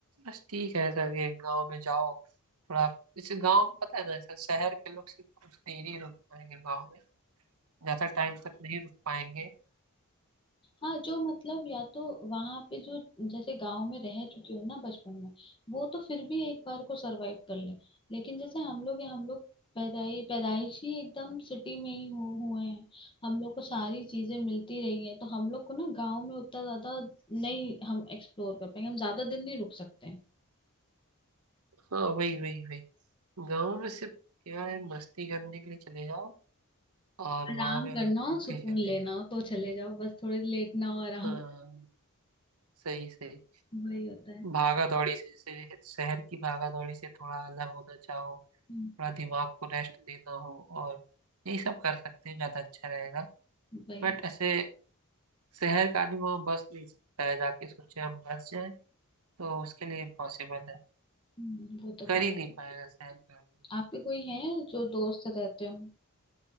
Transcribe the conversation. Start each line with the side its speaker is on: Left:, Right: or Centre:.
Right: बस ठीक है ऐसा कि गाँव में जाओ थोड़ा जैसे गाँव में पता है ना ऐसा शहर के लोग सिर्फ कुछ देर ही रुक पाएंगे गाँव में ज्यादा टाइम तक नहीं रुक पाएंगे
Left: हाँ जो मतलब या तो वहां पे जो जैसे गांव में रह चुके हो ना बचपन में वो तो फिर भी एक बार को सरवाइव कर ले लेकिन जैसे हम लोग हैं, हम लोग पैदाई पैदाइश ही एकदम सिटी में ही हु, हुए हैं हम लोग को सारी चीजें मिलती रही हैं तो हम लोग को ना गांव में उतना ज्यादा नहीं हम एक्सप्लोर कर पाएंगे हम ज्यादा दिन नहीं रुक सकते हैं
Right: हाँ वही वही वही गाँव में सिर्फ क्या है मस्ती करने के लिए चले जाओ और वहां
Left: आराम
Right: पे
Left: करना
Right: बस
Left: हो
Right: घूम
Left: सुकून
Right: के चले
Left: लेना
Right: जाओ।
Left: हो तो चले जाओ बस थोड़ी लेटना हो आराम
Right: हाँ सही सही
Left: वही होता है
Right: भागा दौड़ी से, से शहर की भागा दौड़ी से थोड़ा अलग होना चाहो
Left: हम्म,
Right: थोड़ा दिमाग को रेस्ट देना हो और यही सब कर सकते हैं ज्यादा अच्छा रहेगा
Left: वही
Right: बट ऐसे शहर का आदमी वहाँ बस नहीं सकता है जाके सोचे हम बस जाए तो उसके लिए इम्पॉसिबल है
Left: हम्म, वो तो
Right: कर
Left: बात
Right: ही नहीं पाएगा शहर का आदमी
Left: आपके कोई हैं जो दोस्त रहते हो